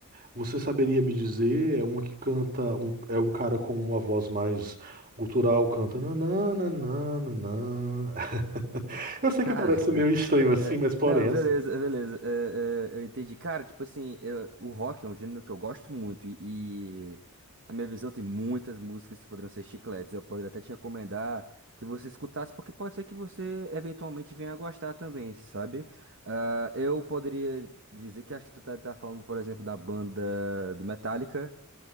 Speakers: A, on the right; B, on the right.
A: Você saberia me dizer? É uma que canta, um- é um cara com uma voz mais gutural, canta nananana. <laughs> Eu sei
B: Cara,
A: que parece
B: <laughs>
A: meio estranho
B: é,
A: assim, mas porém
B: não,
A: é
B: beleza,
A: assim.
B: beleza. é, é, eu entendi. Cara, tipo assim, eu- o rock é um gênero que eu gosto muito e, e na minha visão tem muitas músicas que poderiam ser chicletes. Eu poderia até te recomendar que você escutasse, porque pode ser que você eventualmente venha a gostar também, sabe? Ah, eu poderia dizer que acho que tu tá, tá falando, por exemplo, da banda do Metallica,